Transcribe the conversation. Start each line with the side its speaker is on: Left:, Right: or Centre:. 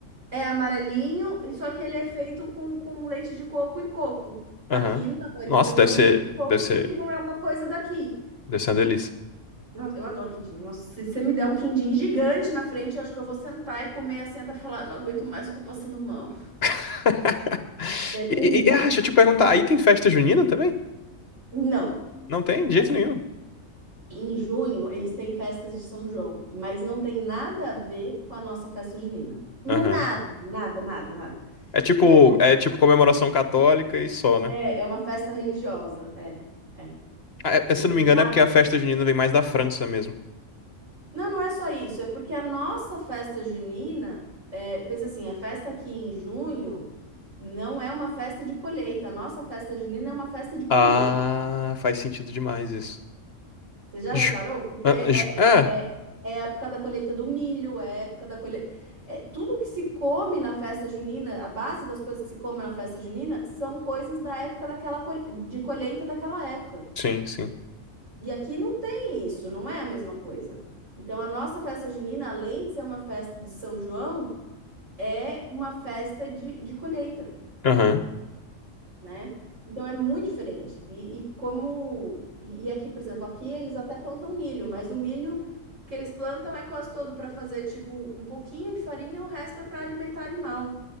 Right: É amarelinho, e só que ele é feito com, com leite de coco e coco. Aqui
Left: Aham.
Right: não, eles
Left: Nossa,
Right: não usam
Left: deve ser,
Right: leite de coco
Left: deve ser,
Right: porque não é uma coisa daqui.
Left: deve ser uma delícia.
Right: Eu, eu adoro quindim. Nossa, se você me der um quindim gigante na frente, eu acho que eu vou sentar e comer assim até falar, "Eu não aguento mais, eu tô passando mal.
Left: <laughs>
Right: É terrível.
Left: E, e- e- ah, deixa eu te perguntar, aí tem festa junina também?
Right: Não.
Left: Não tem, de
Right: Assim,
Left: jeito nenhum.
Right: em junho eles têm festas de São João, mas não tem nada a ver com a nossa festa junina. Nada,
Left: Aham.
Right: nada, nada, nada.
Left: É tipo,
Right: É uma,
Left: é tipo comemoração católica e só, né?
Right: é, é uma festa religiosa, é. é.
Left: Ah, é-
Right: Tem
Left: se eu não me engano,
Right: nada
Left: é porque a festa junina vem mais da França mesmo.
Right: Não, não é só isso. É porque a nossa festa junina, é, pensa assim, a festa aqui em junho não é uma festa de colheita. A nossa festa junina é uma festa de colheita.
Left: Ah, faz sentido demais isso.
Right: Você já reparou?
Left: Ju-
Right: Porque
Left: Ah,
Right: é,
Left: ju-
Right: é,
Left: ah,
Right: é, é a época da colheita do milho, é a época da colheita. É, tudo que se come na festa junina, a base das coisas que se come na festa junina são coisas da época daquela col- de colheita daquela época.
Left: sim, sim.
Right: E aqui não tem isso, não é a mesma coisa. Então, a nossa festa junina, além de ser uma festa de São João, é uma festa de, de colheita,
Left: Aham.
Right: né? Então é muito diferente. E, e como. E, e aqui, por exemplo, aqui eles até plantam milho, mas o milho que eles plantam é quase todo para fazer, tipo, um pouquinho de farinha, o resto é para alimentar animal.